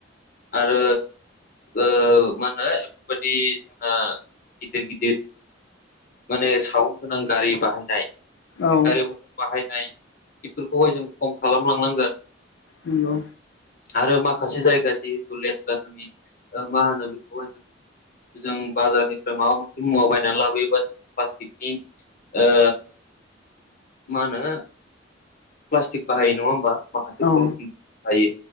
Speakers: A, on the left (about 50°); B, on the left (about 65°).
A: आरो ओ मा होनो एफोरबायदि ओ गिदिर गिदिर माने साउन गोनां गारि बाहायनाय
B: औ
A: गारि मथर बाहायनाय बेफोरखौहाय जों खम खालामलांनांगोन
B: नोंगौ
A: आरो माखासे जायगा जिहेतु लेथ्रा जोंनि मा होनो बेखौहाय जोङो जों बाजारनिफ्राय माबा मोनसे मुवा बायनानै लाबोयोबा जों प्लास्टिकनि ओ मा होनो प्लास्टिक बाहायो नङा होमबा माखासे
B: औ
A: पटिंनि थायो